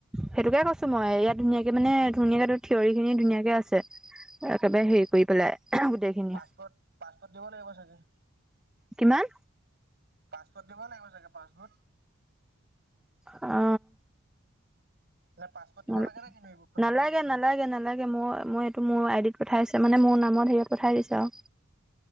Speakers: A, in the centre; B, on the right (about 50°).
A: সেইটোকে কৈছো মই ইয়াত ধুনীয়াকে মানে ধুনীয়াকে থিয়ৰি খিনি ধুনীয়াকে আছে। একেবাৰে হেৰি কৰি পেলাই। গোটেইখিনি
B: পাছপৰ্ট পাছপোৰ্ট দিব লাগিব চাগে?
A: কিমান?
B: পাছপৰ্ট দিব লাগিব চাগে পাছপৰ্ট।
A: অ।
B: নে পাছপৰ্ট দিব
A: ন
B: লাগে নে কিনো ই বুকখনত
A: নালে লাগে নালাগে নালাগে মই মই এইটো মোৰ আইডিত পঠাই আছে, মানে মোৰ নামত হেৰিয়ত পঠাই দিছে আও।